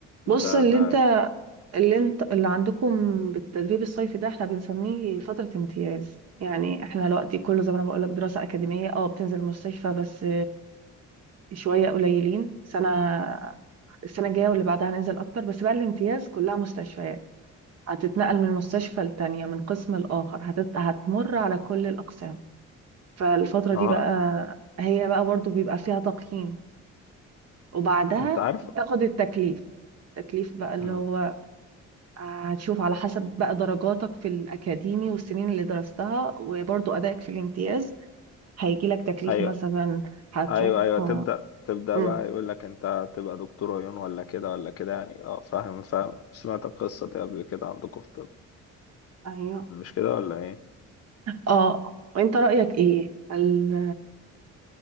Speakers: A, on the right (about 55°); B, on the left (about 50°).
A: بص
B: ده
A: اللي
B: ده
A: انت اللي انت اللي عندكم بالتدريب الصيفي ده احنا بنسميه فترة امتياز يعني احنا دلوقتي كله زي ما انا بقول لك دراسة أكاديمية اه بتنزل المستشفى بس شوية قليلين سنة السنة الجاية واللي بعدها هننزل أكتر بس بقى الامتياز كلها مستشفيات هتتنقل من مستشفى لتانية من قسم لآخر هتت... هتمر على كل الأقسام فالفترة
B: اه
A: دي بقى هي بقى برضو بيبقى فيها تقييم وبعدها
B: انت عارف
A: تاخد التكليف التكليف بقى اللي
B: مم.
A: هو آه، هتشوف على حسب بقى درجاتك في الأكاديمي والسنين اللي درستها وبرضو أدائك في الامتياز هيجي لك تكليف
B: ايوه
A: مثلا هتروح
B: ايوه ايوه
A: آه،
B: تبدا تبدا
A: مم.
B: بقى يقول لك انت تبقى دكتور عيون ولا كده ولا كده يعني اه فاهم فاهم سمعت القصه دي قبل كده عندكم في الطب
A: أيوه.
B: مش كده ولا ايه
A: اه وانت رأيك ايه هل